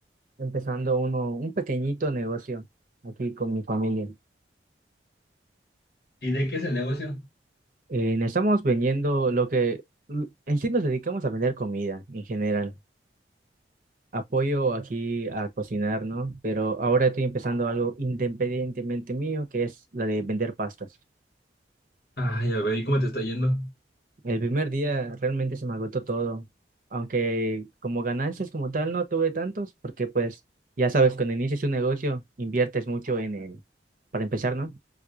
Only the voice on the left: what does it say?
¿Y de qué es el negocio?
Ah, ya veo. ¿Y cómo te está yendo?